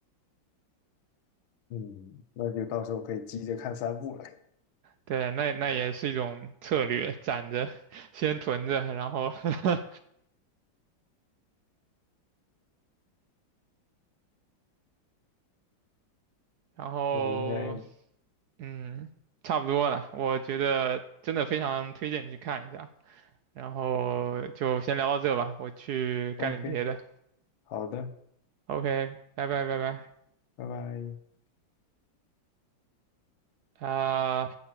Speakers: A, on the left; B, on the right.
A: 嗯，那就到时候可以急着看三部了，
B: 对，那那也是一种策略，攒着，先囤着，然后 <laughs> 然后
A: 这个应该
B: 嗯，差不多了。我觉得真的非常推荐你去看一下。然后就先聊到这吧，我去干点别的。
A: OK。好的，
B: OK，拜拜拜拜
A: 拜拜。
B: 啊。